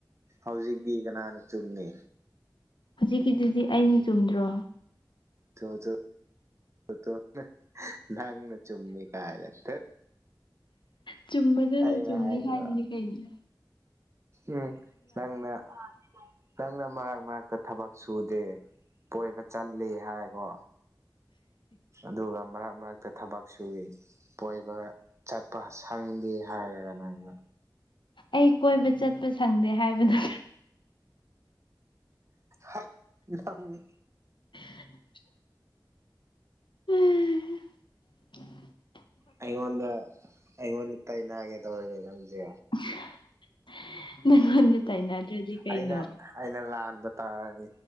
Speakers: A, on the right; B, on the left.
A: ꯍꯧꯖꯤꯛꯇꯤ ꯀꯅꯥꯅꯣ ꯆꯨꯝꯅꯤ
B: ꯍꯧꯖꯤꯛꯀꯤꯗꯨꯗꯤ ꯑꯩꯅ ꯆꯨꯝꯗ꯭ꯔꯣ
A: <unintelligible> ꯄꯨꯇꯣꯞꯅ ꯅꯪꯅ ꯆꯨꯝꯃꯤ ꯀꯥꯏꯅ ꯇꯠ
B: ꯆꯨꯝꯕꯗꯨꯅ
A: ꯑꯩꯅ
B: ꯆꯨꯝꯅꯤ
A: ꯍꯥꯏꯗꯣꯏꯔꯣ
B: ꯍꯥꯏꯕꯅꯤ ꯀꯩꯅꯦ
A: ꯎꯝ ꯅꯪꯅ ꯅꯪꯅ ꯃꯔꯛ ꯃꯔꯛꯇ ꯊꯕꯛ ꯁꯨꯗꯦ ꯀꯣꯏꯕ ꯆꯠꯂꯤ ꯍꯥꯏ ꯀꯣ ꯑꯗꯨꯒ ꯃꯔꯛ ꯃꯔꯛꯇ ꯊꯕꯛ ꯁꯨꯏ ꯀꯣꯏꯕꯒ ꯆꯠꯄ ꯁꯪꯗꯦ ꯍꯥꯏꯔꯒ ꯅꯪꯅ
B: ꯑꯩ ꯀꯣꯏꯕ ꯆꯠꯄ ꯁꯪꯗꯦ ꯍꯥꯏꯕꯗ
A: ꯍꯥꯏꯠ ꯅꯪ
B: <inaudible> ꯑꯍ
A: ꯑꯩꯉꯣꯟꯗ ꯑꯩꯉꯣꯟꯗ ꯇꯥꯏꯅꯒꯦ ꯇꯧꯔꯤꯅꯦ ꯅꯪꯖꯦ
B: <inaudible> ꯅꯪꯉꯣꯟꯗ ꯇꯥꯏꯅꯗ꯭ꯔꯗꯤ ꯀꯩꯅꯣ
A: ꯑꯩꯅ ꯑꯩꯅ ꯂꯥꯟꯕ ꯇꯥꯔꯅꯤ